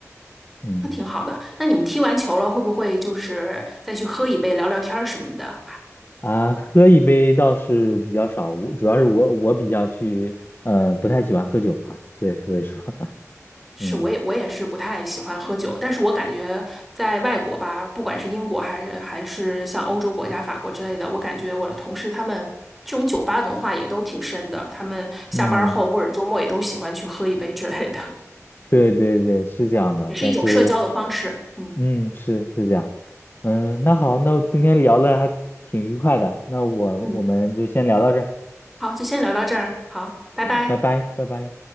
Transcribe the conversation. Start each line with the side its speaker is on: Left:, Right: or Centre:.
Left: 嗯
Centre: 那挺好的。那你们踢完球了，会不会就是再去喝一杯、聊聊天儿什么的？
Left: 啊，喝一杯倒是比较少，我主要是我我比较去呃，不太喜欢喝酒嘛，对，所以说 <laughs>
Centre: 是，
Left: 嗯。
Centre: 我也我也是不太喜欢喝酒，但是我感觉在外国吧，不管是英国还是还是像欧洲国家，法国之类的，我感觉我的同事他们这种酒吧文化也都挺深的，他们下班后或者周末也都喜欢去喝一杯之类的，
Left: 嗯，对对对，是这样的，
Centre: 也是一种社交的方式。
Left: 但是，
Centre: 嗯
Left: 嗯，是是这样，嗯，那好，那我今天聊的还挺愉快的，那我我们就先聊到这儿，
Centre: 嗯，好，就先聊到这儿，好，拜拜。
Left: 拜拜，拜拜。